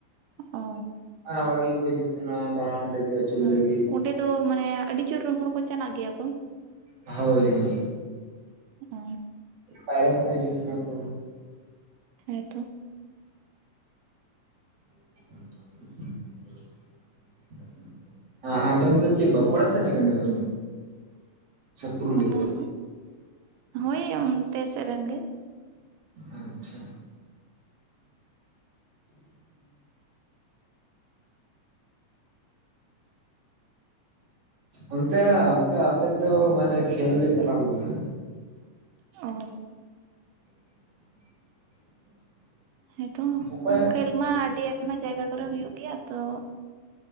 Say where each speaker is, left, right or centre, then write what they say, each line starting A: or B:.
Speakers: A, on the right (about 80°); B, on the right (about 50°).
A: ᱚ
B: ᱟ ᱦᱚᱲ ᱜᱮ ᱠᱚ ᱦᱤᱡᱩᱜ ᱛᱟᱸᱦᱮᱱᱟ ᱫᱟᱬᱟᱱ ᱞᱟᱜᱤ ᱟᱪᱩᱨ
A: ᱦᱚᱸ
B: ᱞᱟᱜᱤ᱾
A: ᱚᱸᱰᱮ ᱫᱚ ᱢᱟᱱᱮ ᱟᱹᱰᱤ ᱡᱳᱨ ᱦᱚᱲ ᱠᱚ ᱪᱟᱞᱟᱜ ᱜᱮᱭᱟ ᱠᱚ᱾
B: ᱦᱳᱭ ᱦᱳᱭ᱾
A: ᱚ᱾
B: ᱯᱟᱭᱨᱟ ᱠᱷᱚᱱᱟᱜ ᱦᱤᱡᱩᱜ ᱛᱟᱦᱮᱱᱟ ᱠᱚ᱾
A: ᱦᱮᱸ ᱛᱚ᱾
B: <inaudible> ᱟ ᱟᱵᱮᱱ ᱫᱚ ᱪᱮᱫ ᱵᱟᱸᱠᱩᱲᱟ ᱥᱮᱫ ᱨᱮᱱ ᱠᱟᱱᱟᱵᱮᱱ? ᱥᱮ ᱯᱩᱨᱩᱞᱤᱭᱟ.?
A: ᱚᱦᱩᱸᱜ ᱦᱳᱭ ᱚᱱᱛᱮ ᱥᱮᱫ ᱨᱮᱱ ᱜᱮ᱾
B: ᱟᱪᱪᱷᱟ᱾ ᱚᱱᱛᱮ ᱚᱱᱛᱮ ᱟᱯᱮᱥᱮᱫ ᱢᱟᱱᱮ ᱠᱷᱮᱞ ᱞᱮ ᱪᱟᱞᱟᱣ ᱞᱮᱱᱟ᱾
A: ᱚ᱾
B: <inaudible>
A: ᱦᱮᱸᱛᱚ
B: ᱚᱠᱚᱭ
A: ᱠᱷᱮᱞ ᱢᱟ ᱟᱹᱰᱤ ᱟᱭᱢᱟ ᱡᱟᱭᱜᱟ ᱠᱚᱨᱮ ᱦᱩᱭᱩᱜ ᱜᱮᱭᱟ ᱛᱚ